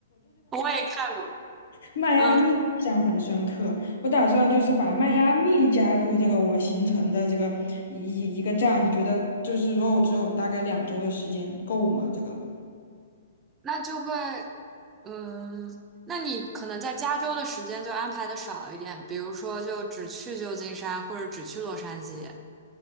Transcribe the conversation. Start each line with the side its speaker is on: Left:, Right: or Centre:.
Right: 我也看过。
Left: 迈阿密，
Right: 嗯，
Left: 印象很深刻。我打算就是把迈阿密加入这个我行程的这个一一个站，你觉得就是如果我只有大概两周的时间够吗？这个？
Right: 那就会，嗯，那你可能在加州的时间就安排的少一点，比如说就只去旧金山或者只去洛杉矶。